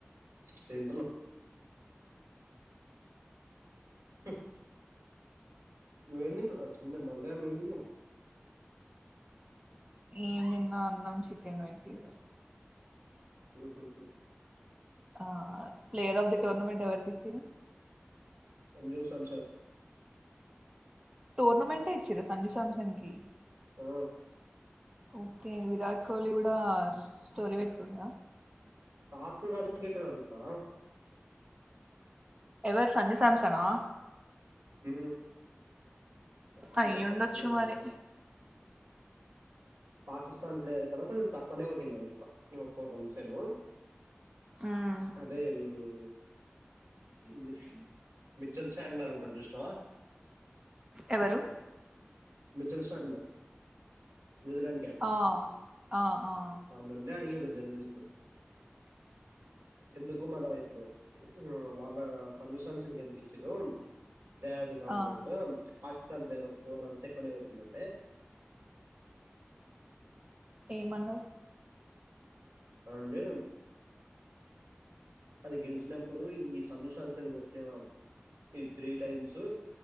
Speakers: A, on the right (about 85°); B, on the right (about 20°).
A: తింటున్న హు నువ్వేం తిన్నావు ఆ మధ్యాహ్నం ఎం తిన్నావ్
B: ఎం తిన్న అన్నం చికెన్ పెట్టిర్రు
A: మ్ హు హు
B: ఆ ప్లేయర్ ఆఫ్ ది టూర్నమెంట్ ఎవరికి ఇచ్చిర్రు
A: సంజు శ్యాంసం
B: టోర్నమెంటే ఏ ఇచ్చిర సంజుశామ్సన్ కి
A: ఆ
B: ఓకే విరాట్ కోహ్లీ కూడా స్టోరీ పెట్టుకుండా
A: కాటూ రాన్ని గేటనుంతా
B: ఎవరు సజీసంసనా
A: హు ప్పుడులో
B: అయ్యుండొచ్చు
A: <unintelligible> ట్లో
B: మరి
A: పాకిస్తాన్ ప్లేయర్ కన్నా కొంచెం తక్కువనే కొట్టిండు అనుకుంటా ఫోర్ రన్స్ ఏమో
B: మ్మ్
A: అదే విని మీ మిచల్ సాండ్ల ఉంటాడు చూసినావ
B: ఎవరు
A: మిచెల్ శాండ్ న్యూజిలాండ్ కప్టెన్
B: ఆ ఆ ఆ
A: మొన్నున్నడు జర్నలిస్ట్లు, ఎందుకు మళ ఇప్పుడు వాళ్ళ సంజేశంసంగ్ కి ఎందుకు ఇచ్చిర్రు ప్లే అఫ్ దే tournament
B: ఆ
A: Pakistan player of four runs ఎక్కువనే కొట్టిండు అంటే
B: ఏమన్న ర్
A: అండి అది గెలిచినప్పుడు ఈ సంజు శాంసన్ కొట్టిన ఈ త్రీ టైమ్స్